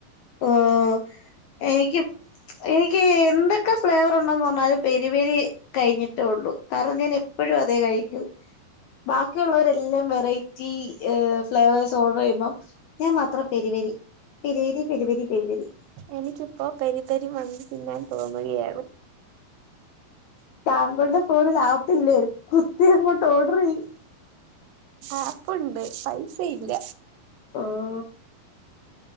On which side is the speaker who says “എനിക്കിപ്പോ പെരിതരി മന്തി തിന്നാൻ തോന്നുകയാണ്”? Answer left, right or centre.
Right